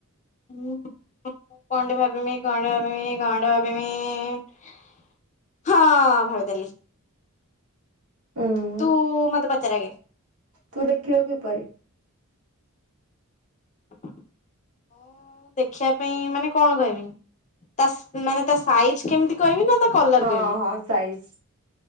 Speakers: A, on the left (about 35°); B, on the right (about 85°).
A: ହୁଁ କଣ୍ଟେ ଭାବିମି କଣ୍ଟେ ଟେ ଭାବିମି କଣ୍ଟେ ଟେ ଭାବିମି? ହଁ ଭାବିଦେଲି
B: ଉଁ
A: ତୁ ମତେ ପଚାରେ ଆଗେ।
B: ତୁ ଦେଖିଲୁ କିପରି?
A: <inaudible> ମୁଁ ଦେଖିବା ପାଇଁ ମାନେ କଣ କଇମି ତା ମାନେ ତା ସାଇଜ କେମିତି କଇମି ନା ତା କଲର
B: ହଁ
A: କଇମି
B: ହଁ ସାଇଜ।